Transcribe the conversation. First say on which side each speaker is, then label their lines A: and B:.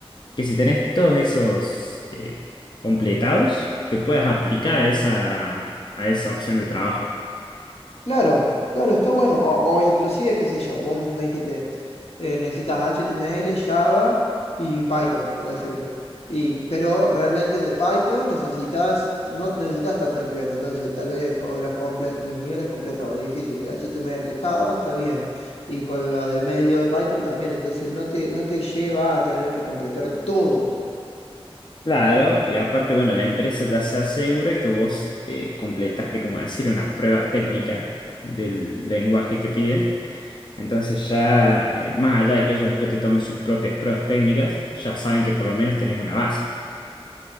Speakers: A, on the left (about 50°); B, on the left (about 85°).
A: que si tenés todos esos eh, completados, que puedas aplicar a esa, a esa opción de trabajo.
B: Claro, claro, está bueno. O, o inclusive, qué sé yo, vos me dijiste, eh, necesitas HTML, Java y Python, por decirte. Y, pero realmente de Python necesitas, no necesitas tanto nivel, entonces tal vez con los, comple- los niveles completados difíciles, HTML y Java está bien. Y con los de medio de Python también, entonces no te, no te lleva a tener que completar todo.
A: Claro, y aparte, bueno, la empresa ya se asegura que vos eh, completaste, como decir, una prueba técnica del lenguaje que piden. Entonces ya, eh, más allá de que ellos después te tomen sus propias pruebas técnicas, ya saben que por lo menos tenés una base.